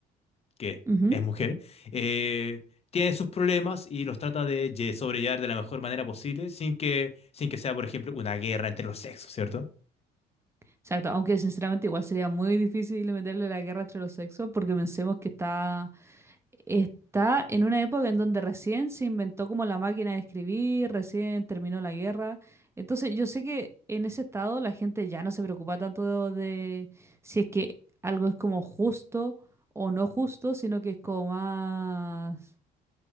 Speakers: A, on the left; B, on the right.
A: que
B: ujú.
A: es mujer, eh, tiene sus problemas y los trata de lle- sobrellevar de la mejor manera posible sin que, sin que sea, por ejemplo, una guerra entre los sexos, ¿cierto?
B: Exacto, aunque sinceramente igual sería muy difícil meterle la guerra entre los sexos porque pensemos que está, está en una época en donde recién se inventó como la máquina de escribir, recién terminó la guerra. Entonces yo sé que en ese estado la gente ya no se preocupa tanto de si es que algo es como justo o no justo, sino que es como más...